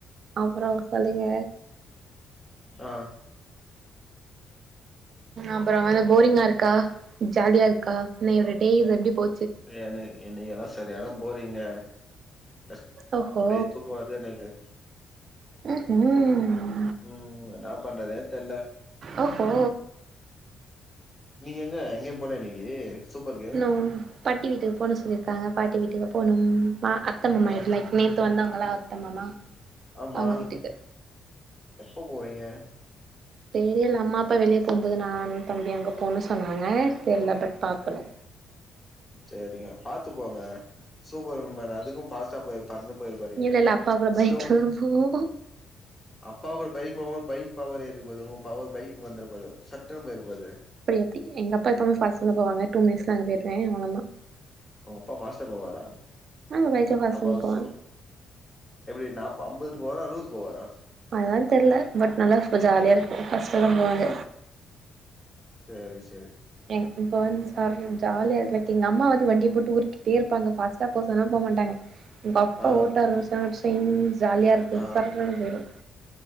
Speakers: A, on the right; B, on the left.
A: அப்ற சொல்லுங்க
B: ஆ
A: அப்பறோ வந் போரிங்கா இருக்கா ஜாலியா இருக்கா இன்னை உடய டேஸ் எப்டி போ
B: எனக் இன்னைக்கு எல்லா சரியான போரிங்க அப்றோ
A: ஓஹோ
B: அப்டியே தூக்கம் வருது எனக்கு
A: அ ஹு ம்
B: ம் என்னா பண்றதுனே தெரில
A: ஓஹோ
B: நீங்க எங்க எங்கயு போலயா இன்னைக்கு சூப்பர் கேர்ள்
A: இன்னு பாட்டி வீட்டுக்கு போணு சொல்லிருக்காங்க பாட்டி வீட்டுக்கு போணும் மா அத்த மாமா
B: ஆ
A: வீட்ல நேத்து வந்தாங்கல்ல அத்த மாமா
B: ஆமா
A: அவங்க வீட்டுக்கு
B: எப்ப போவீங்க
A: தெரியல அம்மா அப்பா வெளியே போகும்போது நானும் தம்பி அங்கே போகுன்னு சொன்னாங்க தெரில பட் பாக்கணு
B: சரிங்க பாத்து போங்க சூப்பர்வுமன் அதுக்கு பாஸ்டா போய் பறந்து போயிருப் போறீங்க
A: இல்ல இல்ல அப்பா கூட
B: ஸ்லோ
A: பைக்ல தா போவோ
B: அப்பா கூட பைக் போம் போது பைக் பவர் ஏறிற போது உ பவர் பைக் வந்தற போது சட்டனு போயிற போது
A: அப்றோ எப்டி எங்கப்பா எப்பமே ஃபாஸ்டா வந்து போவாங்க டூ மினிட்ஸ்ல அங்க போய்டுவே அவ்ளதா
B: உங் அப்பா பாஸ்ட்டா போவாரா
A: ஆமா பைக்ல ஃபாஸ்ட்டா
B: அப்ப அவர்
A: தா போவாங்க
B: சூ எப்டி நா ஐம்பதுக் போவாரா அறுவதுக் போவாரா
A: அதா தெரில பட் நல்லா ஜாலியா இருக்கு பாஸ்ட்டா
B: ஆ
A: தா போவாங்க
B: சேரி சேரி
A: எங் இப்ப வந்து சார் ஜாலியா இருக்க எங்க அம்மா வந்து வண்டியை போட்டு ஊருட்டிக்கிட்டே இருப்பாங்க பாச ட்டா போசோன்னா போ மாட்டாங்க எங்க அப்பா
B: ஆ
A: ஓட்ட ஆரமுச்சிட்டாங்க ஜொயிங் ஜாலியாக இருக்கு
B: ஆ
A: சர்ருனு போயிரு